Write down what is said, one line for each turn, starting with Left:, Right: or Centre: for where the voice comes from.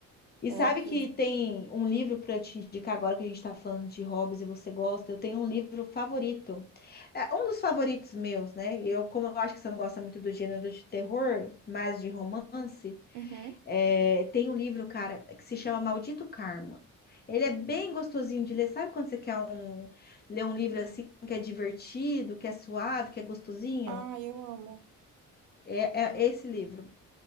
Left: E
Right: É
Left: sabe
Right: horrível.
Left: que tem um livro para te indicar agora que a gente está falando de hobbies e você gosta? Eu tenho um livro favorito. É um dos favoritos meus, né? E Eu, como eu acho que você não gosta muito do gênero de terror, mais de romance,
Right: Uhum.
Left: é, tem um livro, cara, que se chama Maldito Karma. Ele é bem gostosinho de ler. Sabe quando você quer um, ler um livro assim que é divertido, que é suave, que é gostosinho?
Right: Ah, eu amo.
Left: É, é esse livro.